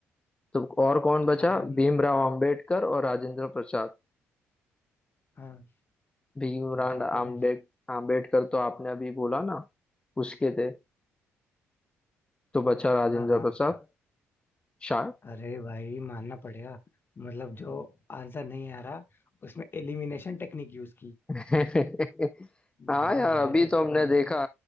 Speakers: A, on the left (about 15°); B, on the left (about 35°).
A: तो और कौन
B: तो
A: बचा
B: था कौन
A: भीमराव अंबेडकर और राजेंद्र प्रसाद
B: हाँ
A: भीमराव
B: तो बताओ
A: आम्बेड
B: कौन है
A: आम्बेडकर तो आपने अभी बोला ना उसके थे तो बचा राजेंद्र
B: हाँ हाँ
A: प्रसाद शायद
B: अरे भाई मानना पड़ेगा मतलब जो आंसर नहीं आ रहा उसमें एलिमिनेशन टेक्निक यूज की
A: <laughs> हाँ
B: भाई
A: यार
B: मुझे
A: अभी
B: तो
A: तो
B: पता
A: हमने
B: नहीं
A: देखा
B: क्यों